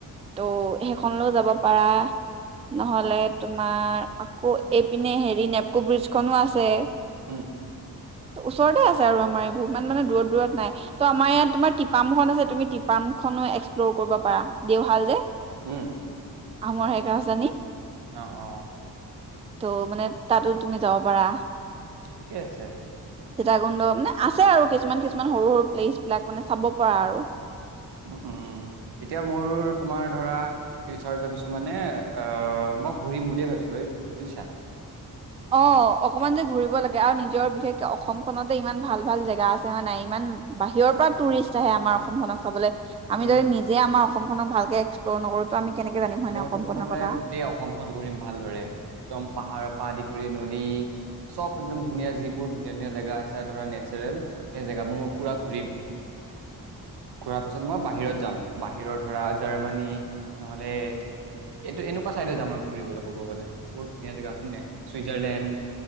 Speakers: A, on the right; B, on the right.
A: ত' সেইখনলৈ যাব পাৰা নহলে,
B: অ
A: তোমাৰ আকৌ এইপিনে হেৰি নেপকো ব্ৰিজখনো আছে।
B: উম।
A: ওচৰতে আছে আৰু আমাৰ এইবোৰ, ইমান মানে দূৰত দূৰত নাই। তহ আমাৰ ইয়াত তোমাৰ টিপামুখন আছে তুমি টি পামখনো এক্সপ্ল'ৰ কৰিব পাৰা দেওশাল যে।
B: উম।
A: আহোমৰ শেষ ৰাজধানী।
B: অ অ।
A: ত' মানে তাতো তুমি যাব পাৰা।
B: ঠিকে আছে।
A: চীতাকুণ্ড মানে আছে আৰু কিছুমান কিছুমান সৰু সৰু প্লেচ বিলাক, মানে চাব পাৰা আৰু।
B: উম‌ এতিয়া মোৰ তোমাৰ ধৰা ফিউচাৰত ভাবিছো মানে অ মই ঘূৰিম বুলিয়ে ভাবিছো ভ বুজিছা?
A: অ অকমান যে ঘুৰিব লাগে আৰু নিজৰ বিশেষকে অসমখনতে ইমান ভাল ভাল জে গা আছে হয় নাই? ইমান বাহিৰৰ পৰা টুৰিষ্ট আহে আমাৰ অসমখনক চাবলে, আমি
B: উম
A: যদি নিজে আমাৰ অ অসমখনক ভালকে এক্সপ্লৰ নকৰো, তহ আমি কেনেকে জানিম হয়
B: মইতো
A: নাই অসমখনৰ
B: প্ৰথমতে
A: কথা
B: গোটেই অসমখন ঘূৰিম ভালদৰে। একদম পাহাৰৰ পৰা আদি কৰি নদী দী চব একদম ধুনীয়া যিবোৰ ধুনীয়া ধুনীয়া জেগা আছে ধৰা নেচাৰেল, সেই জেগাবোৰ মই পুৰা ঘূৰিম। <inaudible> ঘূৰা পিছত মই বাহিৰত যাম। বাহিৰৰ ধৰা জাৰ্মানী নহলে এইটো এনেকুৱা চাইডে যাম আৰু ফুৰিবলৈ ক'ব গ'লে। সেইবোৰ ধুনীয়া জেগা হয় নাই? চুইজাৰলেণ্ড